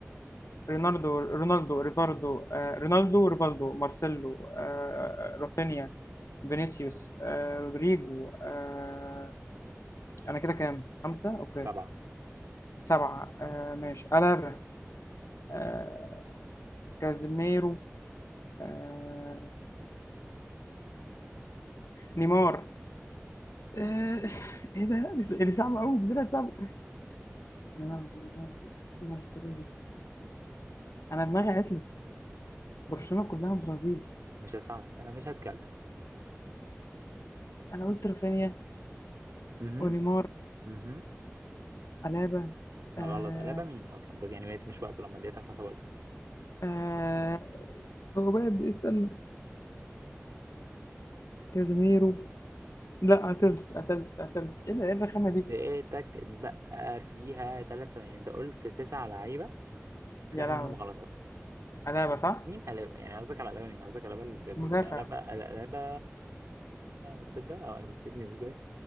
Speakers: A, on the left (about 75°); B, on the right (about 80°).
A: رونالدو رونالدو ريفاردو آه، رونالدو ريفالدو مارسيلو آه، آه، رافينيا فينيسيوس آه، رودريجو آه، انا كده كام خمسة اوكي
B: سبعة
A: سبعة آه ماشي ألابا آه كازيميرو آه نيمار آه <laughs> ايه ده دي دي صعبة قوي دي طلعت صعبة رونالدو، رونالدو، مارسيلو انا دماغي عطلت برشلونة كلها برازيل
B: مش هساعدك انا مش هتكلم
A: انا قلت رافينيا
B: اها
A: ونيمار
B: اها
A: ألابا
B: غلط
A: آه
B: قلبة مين اصلا بس يعني بس مش وقته لما الدقيقة تخلص اقول لك.
A: آه هو بقى استنى كازيميرو لا قتلت قتلت قتلت ايه ده ايه الرخامة
B: دقيقتك
A: دي
B: اتبقى فيها ثلاث ثواني انت قلت تسع لعيبة في
A: يا
B: واحد
A: لهوي
B: منهم غلط اصلا
A: ألابا صح
B: مين قلبة يعني قصدك على قلبة مين قصدك على قلبة اللي ب-
A: مدافع
B: ب- ب- قلبة قلبة تصدق او انا نسيت نسيت ايه